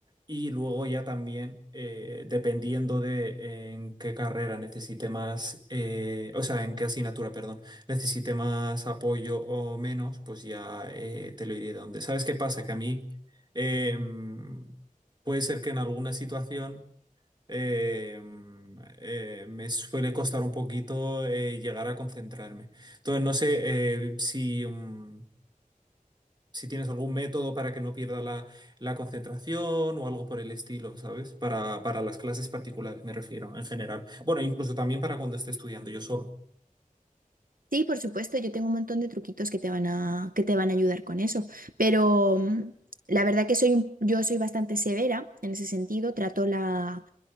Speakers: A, on the right; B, on the right.
A: Y luego ya también, eh, dependiendo de en qué carrera necesite más, eh, o sea, en qué asignatura, perdón, necesite más apoyo o menos, pues ya eh, te lo iré dando. ¿Sabes qué pasa? Que a mí em, puede ser que en alguna situación eh, eh, me suele costar un poquito eh, llegar a concentrarme. Entonces, no sé eh, si, mm, si tienes algún método para que no pierda la, la concentración o algo por el estilo, ¿sabes? Para, para las clases particulares, me refiero, en general. Bueno, incluso también para cuando esté estudiando yo solo.
B: Sí, por supuesto, yo tengo un montón de truquitos que te van a, que te van a ayudar con eso, pero mm, la verdad que soy un- yo soy bastante severa en ese sentido, trato la,